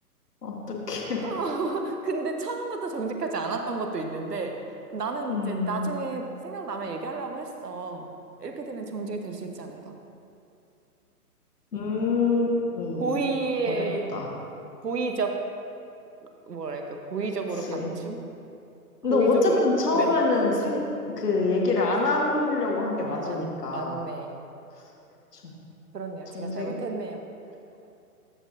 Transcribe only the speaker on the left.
어떡해.
<laughs>
음,
음,
어렵다.
그치.
근데 어쨌든 처음에는
생, 그 얘기를 안 하려고 한 게
맞으니까.
그쵸.
정직